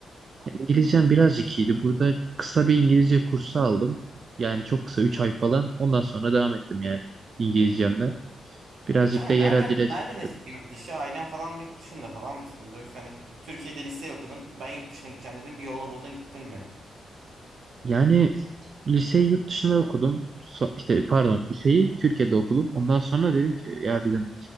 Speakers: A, on the right; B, on the right.
A: İngilizcem birazcık iyiydi. Burada kısa bir İngilizce kursu aldım. Yani çok kısa 3 ay falan. Ondan sonra devam ettim yani İngilizcemle. Birazcık
B: E kanka
A: da yerel
B: nereden
A: dile çalışıyorum.
B: nereden esti yurt dışı? Ailen falan yurt dışında falan mısınız? Yoksa hani Türkiye'de lise okudun. Ben yurt dışına gideceğim dedim. Bir yolunu buldun gittin mi?
A: Yani liseyi yurt dışında okudum. So- işte pardon liseyi Türkiye'de okudum. Ondan sonra dedim ki ya dedim